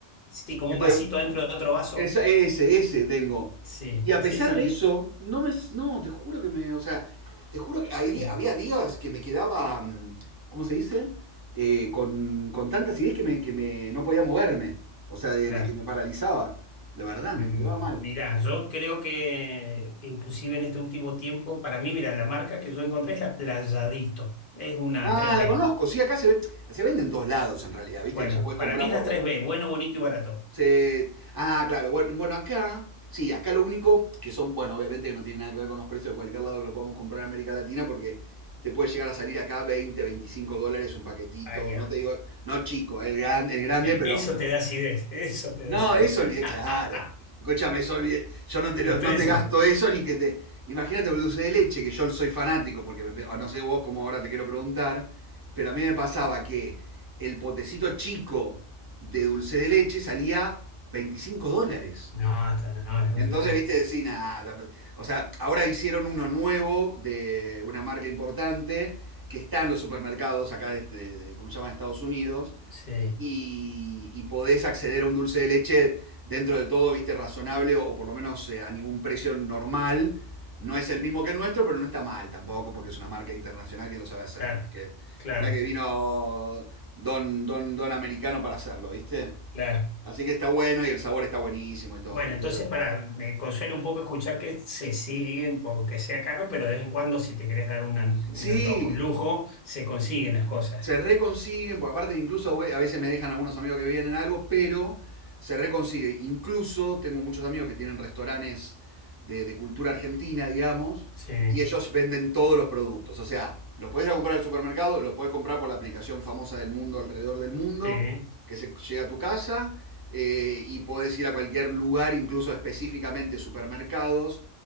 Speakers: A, on the left; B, on the right.
A: Sí, como
B: Entonces,
A: un vasito dentro de otro vaso.
B: Esa, ese, ese tengo.
A: Sí,
B: Y a
A: sí,
B: pesar
A: sí.
B: de eso, no me. No, te juro que me. O sea, Te juro que hay
A: Y
B: di- había días que me quedaba. mm, ¿cómo se dice? Eh, con, con tantas ideas que me, que me- no podía moverme. O sea, de,
A: claro.
B: de que me paralizaba. De verdad,
A: Mm,
B: me pegaba mal.
A: Mirá, yo creo que inclusive en este último tiempo, para mí, mira, la marca que yo encontré es la Playadito. Es una
B: Ah,
A: tres b
B: la conozco. Sí, acá se, ve- se vende en todos lados, en realidad. Viste
A: Bueno,
B: que ya podés
A: para
B: comprar
A: mí es
B: por
A: la tres b bueno, bonito y barato.
B: Se- Ah, claro. Bueno, bueno, acá, sí, acá lo único que son, bueno, obviamente que no tiene nada que ver con los precios de cualquier lado que lo podamos comprar en América Latina porque te puede llegar a salir acá 20 25 dólares un paquetito.
A: Allá.
B: No te digo, no chico, el, gran, el grande, pero
A: Eso te da acidez, eso te
B: no,
A: da acidez.
B: eso
A: <laughs>
B: olvidé, claro. Escúchame, eso olvidé. Yo no te,
A: El
B: lo-
A: precio.
B: no te gasto eso ni que te. Imagínate el dulce de leche, que yo soy fanático, porque me empe- ah, no sé vos cómo ahora te quiero preguntar, pero a mí me pasaba que el potecito chico de dulce de leche salía 25 dólares.
A: No, está, no, es una
B: Entonces,
A: locura.
B: viste, decís, nada. O sea, ahora hicieron uno nuevo de una marca importante que está en los supermercados acá, de, de- de- ¿cómo se llama? En Estados Unidos
A: Sí,
B: y, y, podés acceder a un dulce de leche dentro de todo, viste, razonable o, o por lo menos eh, a ningún precio normal. No es el mismo que el nuestro, pero no está mal tampoco, porque es una marca internacional que lo sabe hacer.
A: claro,
B: ¿no? Que,
A: claro,
B: no es que vino don, don, don americano para hacerlo, ¿viste?
A: claro.
B: Así que está bueno y el sabor está buenísimo y todo,
A: Bueno,
B: ¿viste?
A: entonces
B: Eso-
A: para, me consuela un poco escuchar que se siguen, aunque sea caro, pero de vez en cuando, si te querés dar un, an- un
B: Sí,
A: antojo, un lujo, se consiguen las cosas.
B: se reconsiguen, porque aparte incluso a veces me dejan algunos amigos que vienen algo, pero se reconsigue. Incluso tengo muchos amigos que tienen restaurantes de, de cultura argentina, digamos,
A: Sí,
B: y ellos venden todos los productos. O sea, los podés ir a comprar al supermercado, los podés comprar por la aplicación famosa del mundo alrededor del mundo,
A: sí,
B: que se llega a tu casa, eh, y podés ir a cualquier lugar, incluso específicamente supermercados,